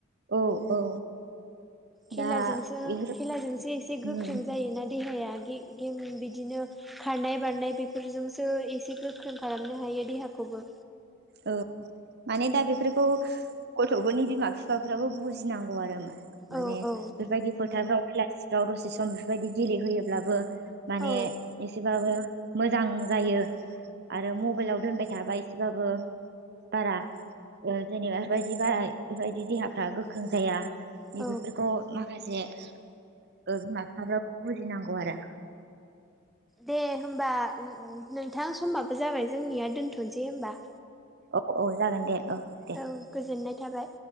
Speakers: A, on the right (about 50°); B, in the centre.
A: औ औ।
B: खेलाजोंसो
A: दा बेफोर
B: खेलाजोंसो एसे गोख्रों
A: उम
B: जायोना देहाया गे-गेम बिदिनो खारनाय बारनाय बेफोरजोंसो एसे गोख्रों खालामनो हायो देहाखौबो।
A: औ माने दा बेफोरखौ गथ'फोरनि बिमा बिफाफ्राबो बुजिनांगौ आरो मा-माने
B: औ औ
A: बेफोरबायदि फोथारफ्राव बेलासिफ्राव दसे सम बेफोरबायदि गेलेहोयोब्लाबो माने
B: औ
A: एसेबाबो मोजां जायो आरो मबाइलाव दोनबाय थाबा एसेबाबो बारा ओ जेनेबा बेफोरबायदि बारा बेफोरबायदि देहाफ्रा गोख्रों जाया।
B: औ
A: नैबेफोरखौ माखासे ओ बिफा बिफाफ्राबो बुजिनांगौ। आरो
B: दे होमबा नोंथां समबाबो जाबाय जोंनिया दोनथ'नसै होमबा।
A: औ औ जागोन दे दे
B: औ गोजोननाय थाबाय।